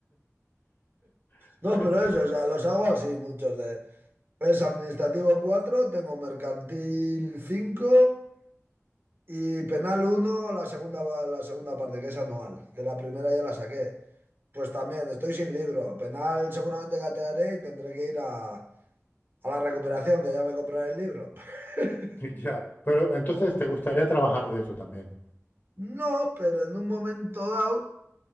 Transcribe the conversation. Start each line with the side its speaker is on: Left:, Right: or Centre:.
Left: <laughs>
Right: No,
Left: Es
Right: pero
Left: que-
Right: eso, o sea, los hago así muchos de... Es administrativo 4, tengo mercantil 5 y penal uno. la segunda, va- la segunda parte, que es anual, que la primera ya la saqué. Pues también, estoy sin libro. Penal seguramente gatearé y tendré que ir a, a la recuperación, que ya me compraré el libro. <laughs>
Left: Ya. Pero entonces te gustaría trabajar de eso también.
Right: No, pero en un momento dado,